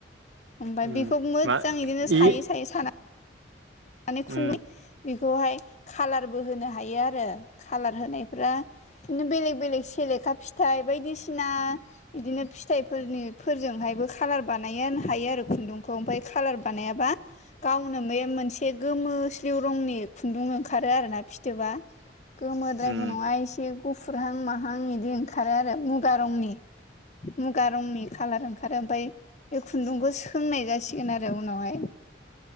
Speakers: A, on the left; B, on the right.
A: ओमफ्राय
B: उम
A: बेखौ मोजां
B: मा
A: बिदिनो सायै
B: इ
A: सायै माने खुन्दुं
B: उम
A: बेखौहाय कालारबो होनो हायो आरो कालार होनायफ्रा किन्तु बेलेग बेलेग सेलेखा फिथाइ बायदिसिना बिदिनो फिथाइफोरनि फोरजोंहायबो कालार बनायनो आरो खुुनदुंखै ओमफाय कालार बानायाबा गावनो बै मोनसे एसे गोमोस्लिउ रंनि खुन्दुं ओंखारो आरोना फिथोबा गोमोद्रायबो
B: उम
A: नङा एसे गुफुरहां माहां बिदि ओंखारो आरो मुगा रंनि मुगा रंनि खालार ओंखारो ओमफाय बे खुन्दुंखौ सोंनाय जासिगोन आरो उनावहाय